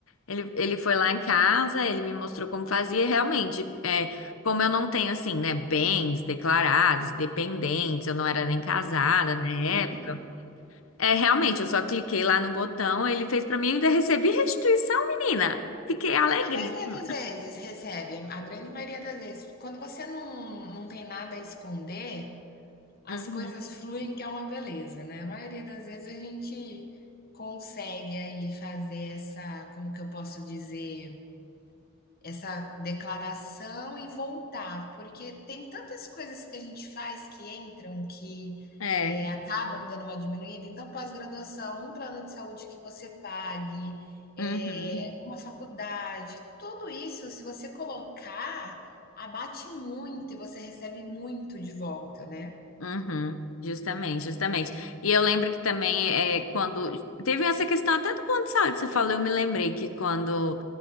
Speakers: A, on the left; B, on the left.
A: Ele, ele foi lá em casa, ele me mostrou como fazia, e realmente, é, como eu não tenho, assim, né, bens declarados, dependentes, eu não era nem casada na época.
B: Sim.
A: É, realmente, eu só cliquei lá no botão, ele fez pra mim e ainda recebi restituição, menina. Fiquei alegríssima.
B: A maioria das vezes recebe, a grande maioria das vezes. Quando você não, não tem nada a esconder, as
A: Uhum.
B: coisas fluem, que é uma beleza, né? A maioria das vezes a gente consegue aí fazer essa, como que eu posso dizer? Essa declaração e voltar, porque tem tantas coisas que a gente faz que entram, que,
A: É.
B: eh, acabam dando uma diminuída, então pós-graduação, um plano de saúde que você pague, eh,
A: Uhum.
B: uma faculdade, tudo isso se você colocar, abate muito e você recebe muito de volta, né.
A: Uhum, justamente, justamente. E eu lembro que também é quando teve essa questão até do plano de saúde que você falou, eu me lembrei que quando